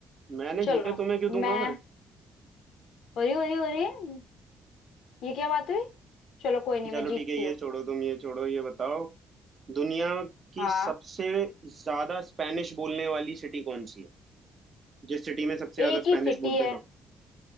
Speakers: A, on the right; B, on the left.
A: मैंने
B: चलो
A: जीते तुम्हें क्यों
B: मैं
A: दूंगा मैं
B: हो रही हो रही हो रही है, ये क्या बात हुई चलो कोई नहीं
A: चलो
B: मैं जीतती
A: ठीक है ये
B: हूँ
A: छोड़ो तुम ये छोड़ो ये बताओ दुनिया की
B: हाँ
A: सबसे ज्यादा स्पेनिश बोलने वाली सिटी कौन सी है जिस सिटी में सबसे ज्यादा
B: एक ही
A: स्पेनिश
B: सिटी
A: बोलते
B: है
A: लोग